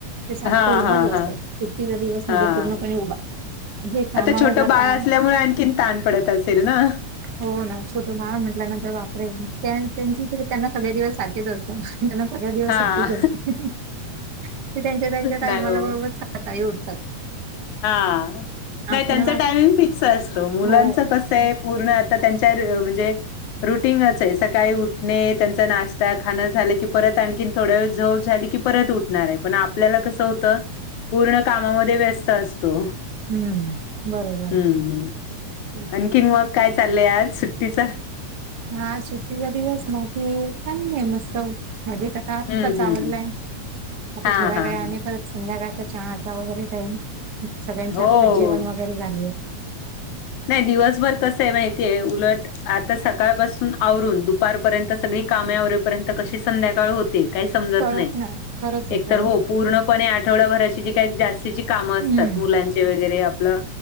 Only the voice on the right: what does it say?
ते सारखं
उभंच
असतं.
सुट्टीचा दिवस म्हणजे
पूर्णपणे उभा. जे कामावर
जाता
हो ना, छोटं बाळ म्हटल्यानंतर बापरे त्या त्यांची तरी त्यांना सगळे दिवस सारखेच असतं. त्यांना सगळे दिवस
सुट्टीच असते. ते त्यांच्या त्यांच्या टायमाला
बरोबर सकाळी उठतात.
आपल्याला
असं
हो
हम्म बरोबर
तेच.
हा सुट्टीचा दिवस बाकी चांगलय मस्त मजेत आ
आत्ताच
आवरलाय.
आता
थोड्या
वेळाने
परत संध्याकाळचा चहाचा वगैरे टाईम, सगळ्यांचे
आत्ताच जेवण वगैरे झालेत.
कळत
ना खरंच आहे
खरंच
आहे.
हम्म